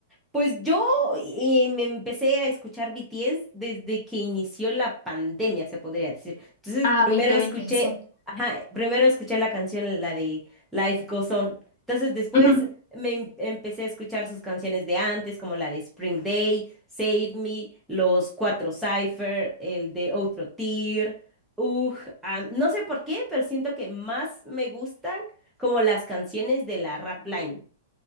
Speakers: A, in the centre; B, on the left (about 45°).
A: Pues yo eh, me empecé a escuchar BTS desde que inició la pandemia, se podría decir. Entonces,
B: Ah,
A: primero
B: dos mil
A: escuché,
B: veinte sí.
A: ajá, primero escuché la canción, la de Life Goes On. Entonces, después
B: Ujú,
A: me em- empecé a escuchar sus canciones de antes, como la de Spring Day, Save Me, Los Cuatro Cypher, el de Outro Tear, Ugh, ah, no sé por qué, pero siento que más me gustan como las canciones de la rap line.